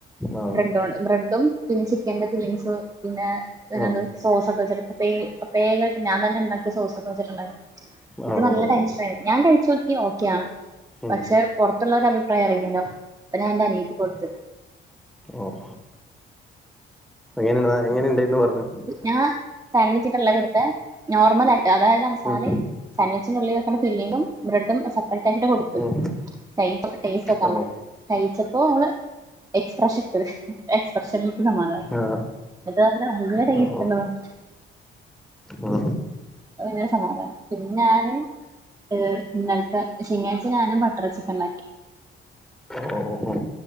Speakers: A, in the centre; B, on the right (about 15°).
A: ഓ
B: ബ്രഡ് ബ്രെഡും പിന്നെ ചിക്കന്റെ ഫില്ലിംഗ്സും പിന്നെ <unintelligible>
A: ഓ
B: സോസൊക്കെ ചേർത്ത്ട്ടീ വേഗാട്ട് ഞാൻ തന്നെ ഇണ്ടാക്കിയ സോസൊക്കെ വെച്ച്ട്ട് ഇണ്ടാക്കി പിന്നെ
A: ഓ
B: നല്ല
A: ഓ
B: ടെൻഷൻ
A: ഓ
B: ആയിരുന്നു ഞാൻ കഴിച്ചു നോക്കി ഓക്കെ ആണ്
A: ഉം
B: പക്ഷെ പൊറത്തുള്ളവരേ അഭിപ്രായം അറിയില്ലല്ലോ അപ്പം ഞാൻ എൻ്റെ അനിയത്തിക്ക് കൊടുത്ത്
A: ഓഹ് എങ്ങനെണ്ട്ന്നാ എങ്ങനെ ഇണ്ട്ന്ന് പറഞ്ഞു
B: ഞാ <unintelligible> കൊടുത്തെ നോർമൽ ആയിട്ട് അതായത് ആ മസാലേം
A: ഉം
B: സാൻവിച്ച്ന് ഉള്ളിൽ വെക്കണ ഫില്ലിങും ബ്രെഡും സെപ്പറേറ്റ് ആക്കീട്ടാ കൊടുത്ത്
A: ഉം
B: കയ് ടേസ്റ്റോക്കാൻ
A: ഓ
B: <unintelligible> കയിച്ചപ്പോ ഓള് എക്സ്പ്രഷൻ ഇട്ട് എക്സ്പ്രഷനില് ഇനിക്ക് സമാധാനായി
A: ആ
B: <unintelligible> നല്ല ടേസ്റ്റ്ണ്ട്
A: ഓ ഓ
B: <unintelligible>
A: ഓ
B: അത് അങ്ങനെ സമാധാനായി പിന്നെ ഞാന് ഏ ഇന്നലത്തെ ശനിയാഴ്ച ഞാനും ബട്ടർ ചിക്കൻ ഇണ്ടാക്കി
A: ഓ ഓ ഓ